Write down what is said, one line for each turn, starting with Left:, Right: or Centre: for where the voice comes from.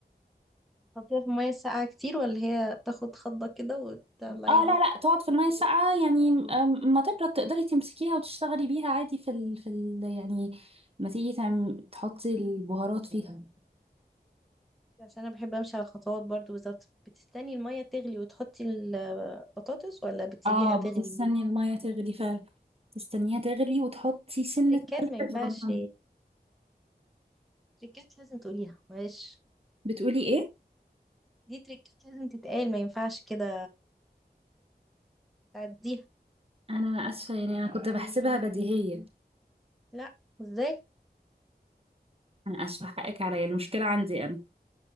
Centre: تحطيها في المية الساقعة كتير ولا هي بتاخد خضة كده وتطلعيها
Right: اه لا لا تقعد في المية الساقعة يعني أم، ما تبرد تقدري تمسكيها وتشتغلي بيها عادي في ال... في ال... يعني ما تيجي تعم... تحطي البهارات فيها
Centre: عشان انا بحب امشي على الخطوات برضو بالظبط بتستني المية تغلي وتحطي البطاطس ولا بتسيبيها
Right: اه بتستني
Centre: تغلي
Right: المية تغلي فعلا تستنيها تغلي وتحطي سنة
Centre: تريكات
Right: ملح
Centre: ما ينفعش
Right: صغننة
Centre: تريكات لازم تقوليها معلش
Right: بتقولي ايه؟
Centre: دي تريكات لازم تتقال ما ينفعش كده تعديها
Right: انا اسفه يعني انا كنت بحسبها بديهيه
Centre: لا ازاي
Right: انا اسفه حقك عليا المشكله عندي انا